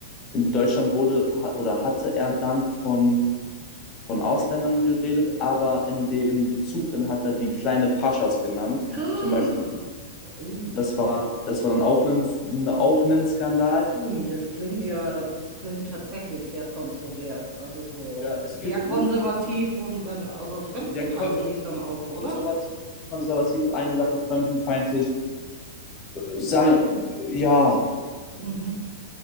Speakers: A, on the left; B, on the right.
A: in Deutschland wurde ha- oder hatte er dann von von Ausländern geredet, aber in dem Bezug, dann hat er die kleine Paschas genannt,
B: Ah,
A: zum Beispiel.
B: Uh,
A: Das war, das war dann auch ein, ne, auch ein Skandal.
B: ui, das klingt ja, das klingt tatsächlich sehr kontrovers, also so
A: Ja, es
B: sehr
A: gibt,
B: konservativ
A: es,
B: und wenn, also fremdenfeindlich
A: ja, konser
B: dann auch,
A: konservativ,
B: oder?
A: konservativ ist eine Sache, fremdenfeindlich. Sagen, ja,
B: Mhm.